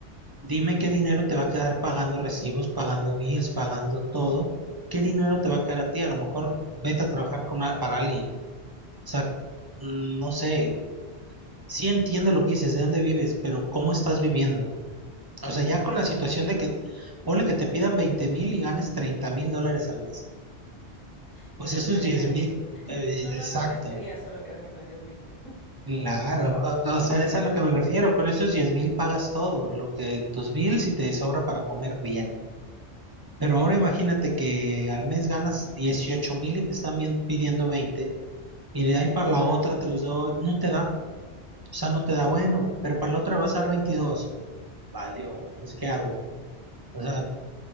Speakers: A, on the right; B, on the left.
A: dime qué dinero te va a quedar pagando recibos, pagando bills, pagando todo. ¿Qué dinero te va a quedar a ti? A lo mejor vete a trabajar con, a- para alguien. O sea, mm, no sé, sí entiendo lo que dices, de dónde vives, pero ¿cómo estás viviendo? O sea, ya con la situación de que, ponle que te pidan veinte mil y ganes treinta mil dólares al mes.
B: Yo
A: Pues
B: quisiera
A: esos
B: ganar
A: diez mil,
B: eso.
A: eh,
B: No, no
A: exacto.
B: me molestaría solo quedarme con diez mil. <laughs> pues.
A: Claro, o, o sea, es a lo que me refiero. Con esos diez mil pagas todo, lo que tus bills y te sobra para comer bien. Pero ahora imagínate que al mes ganas dieciocho mil y te están bien- pidiendo veinte Y de ahí
B: No
A: para
B: te
A: la
B: da.
A: otra te los doy, no te da. O sea, no te da bueno, pero para la otra vas a dar 22. Valió, pues ¿qué hago? O sea,